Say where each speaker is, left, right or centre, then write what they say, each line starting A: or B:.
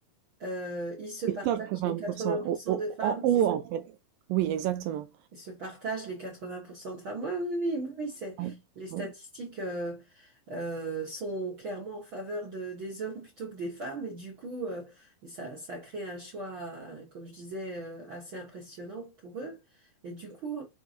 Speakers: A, on the right (about 50°); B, on the right (about 80°).
A: euh, ils se partagent
B: Les top 20
A: les 80%
B: au au
A: de femmes,
B: en haut,
A: c'est
B: en
A: ça
B: fait. Oui, exactement.
A: Ils se partagent les 80% de femmes. Ouais, oui, oui, oui, oui, c'est
B: Ouais.
A: les statistiques.
B: Mmh.
A: euh, euh, sont clairement en faveur de- des hommes plutôt que des femmes. Et du coup, euh, et ça, ça crée un choix, euh, comme je disais, euh, assez impressionnant pour eux. Et du coup,